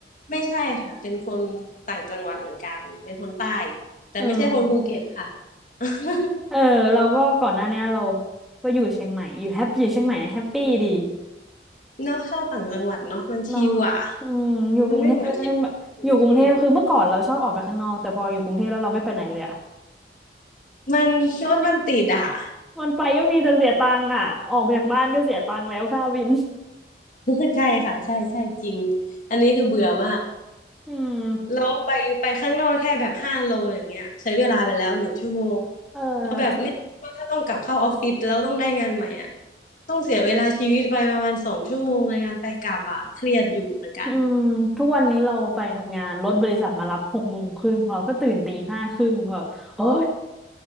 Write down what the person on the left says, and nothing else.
ไม่ใช่ค่ะเป็นคนต่างจังหวัดเหมือนกันเป็นคนใต้แต่ไม่ใช่คนภูเก็ตค่ะ
<laughs>
เนาะชอบต่างจังหวัดเนาะมันชิลอ่ะ
ไม่เหมือนที่กรุงเทพมันรถมันติดอ่ะ <laughs>
ใช่ค่ะใช่ใช่จริงอันนี้คือเบื่อมาก
แล้วไปไปข้างนอกแค่แบบห้าโลอย่างเงี้ยใช้เวลาไปแล้วหนึ่งชั่วโมง
แล้วแบบเนี้ยถ้าต้องกลับเข้าออฟฟิศแล้วต้องได้งานใหม่อ่ะต้องเสียเวลาชีวิตไปประมาณสองชั่วโมงในการไปกลับอ่ะเครียดอยู่เหมือนกัน